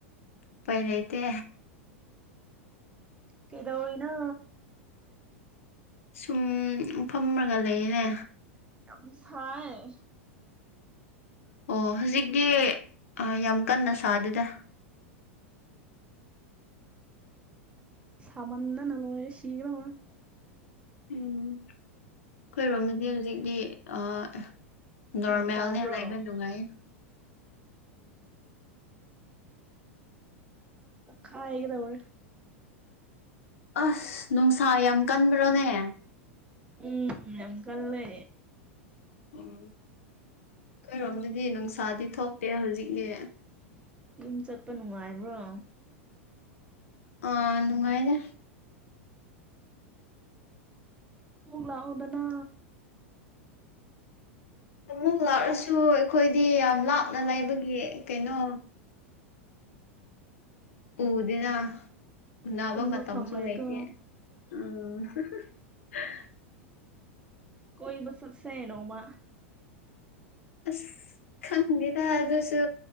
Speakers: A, on the left; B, on the right.
A: ꯎꯄꯥꯏ ꯂꯩꯇꯦ
B: ꯀꯩꯗꯧꯔꯤꯅꯣ
A: ꯁꯨꯝ ꯐꯝꯔꯒ ꯂꯩꯌꯦꯅꯦ
B: ꯌꯥꯝ ꯁꯥꯏꯌꯦ
A: ꯑꯣ ꯍꯧꯖꯤꯛꯇꯤ ꯑꯥ ꯌꯥꯝ ꯀꯟꯅ ꯁꯥꯗꯦꯗ
B: ꯁꯥꯃꯟꯗꯅ ꯂꯣꯏꯔꯦ ꯁꯤꯒꯗꯧꯔꯦ
A: ꯎꯝ ꯑꯩꯈꯣꯏꯔꯣꯝꯗꯗꯤ ꯍꯧꯖꯤꯛꯇꯤ ꯑꯥ ꯅꯣꯔꯃꯦꯜꯅꯦ
B: ꯅꯣꯡ ꯇꯥꯕ꯭ꯔꯣ
A: ꯂꯩꯕ ꯅꯨꯡꯉꯥꯏꯌꯦ
B: ꯄꯣꯈꯥꯏꯒꯗꯧꯔꯦ
A: ꯑꯁ ꯅꯨꯡꯁꯥ ꯌꯥꯝ ꯀꯟꯕ꯭ꯔꯣꯅꯦ
B: ꯎꯝ ꯌꯥꯝ ꯀꯜꯂꯦ
A: ꯎꯝ ꯑꯩꯈꯣꯏꯔꯣꯝꯗꯗꯤ ꯅꯨꯡꯁꯥꯗꯤ ꯊꯣꯛꯇꯦ ꯍꯧꯖꯤꯛꯇꯤ
B: ꯌꯨꯝ ꯆꯠꯄ ꯅꯨꯡꯉꯥꯏꯕ꯭ꯔꯣ
A: ꯑꯥ ꯅꯨꯡꯉꯥꯏꯔꯦ
B: ꯀꯣꯛ ꯂꯥꯛꯑꯣꯗꯅ
A: ꯑꯃꯨꯛ ꯂꯥꯛꯔꯁꯨ ꯑꯩꯈꯣꯏꯗꯤ ꯌꯥꯝ ꯂꯥꯞꯅ ꯂꯩꯕꯒꯤ ꯀꯩꯅꯣ ꯎꯗꯦꯅ ꯎꯅꯥꯕ
B: ꯄꯨꯟꯕ
A: ꯃꯇꯝꯁꯨ
B: ꯐꯪꯂꯣꯏꯀꯣ
A: ꯂꯩꯇꯦ ꯎꯝ ꯍꯤ ꯍꯤ ꯍꯤ
B: ꯀꯣꯏꯕ ꯆꯠꯁꯦ ꯅꯣꯡꯃ
A: ꯑꯁ ꯈꯪꯗꯦꯗ ꯑꯗꯨꯁꯨ